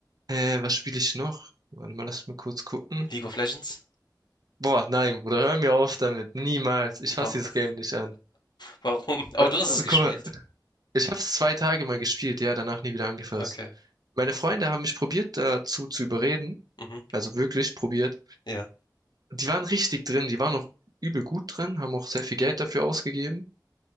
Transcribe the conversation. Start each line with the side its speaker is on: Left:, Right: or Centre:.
Right: Äh, was spiele ich noch? Warte mal, lass mich kurz gucken.
Left: League of Legends?
Right: Boah, nein, Bruder, hör mir auf damit. Niemals. Ich fasse
Left: Warum?
Right: dieses
Left: <laughs>
Right: Game nicht an.
Left: Warum? Aber
Right: Weil-
Left: du hast es gespielt.
Right: Guck mal, ich habe es zwei Tage mal gespielt, ja, danach nie wieder angefasst.
Left: Okay.
Right: Meine Freunde haben mich probiert, dazu zu überreden.
Left: Mhm.
Right: Also wirklich probiert.
Left: Ja.
Right: Die waren richtig drin, die waren auch übel gut drin, haben auch sehr viel Geld dafür ausgegeben.